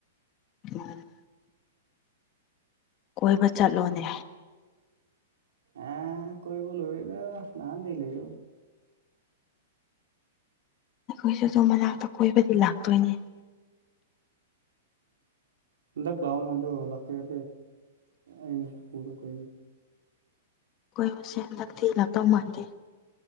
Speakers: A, on the left; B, on the right.
A: ꯎꯝ ꯀꯣꯏꯕ ꯆꯠꯂꯣꯅꯦ
B: ꯑ ꯀꯣꯏꯕꯨꯣꯂꯣꯔꯗꯅꯥꯍꯥꯟꯗ ꯂꯩ
A: ꯑꯩꯈꯣꯏꯁꯨ ꯑꯗꯨꯝ ꯃꯅꯥꯛꯇ ꯀꯣꯏꯕꯗꯤ ꯂꯥꯛꯇꯣꯏꯅꯦ
B: ꯍꯟꯗ ꯀ꯭ꯂ ꯂꯥꯎꯅ ꯑꯗꯨ ꯂꯥꯛ ꯀꯩꯦ ꯑꯩꯅ ꯐ ꯀ
A: ꯀꯈꯣꯏꯕꯨꯁꯦ ꯍꯟꯗꯛꯇꯤꯂꯥꯛꯇꯧ ꯃꯥꯟꯗꯦ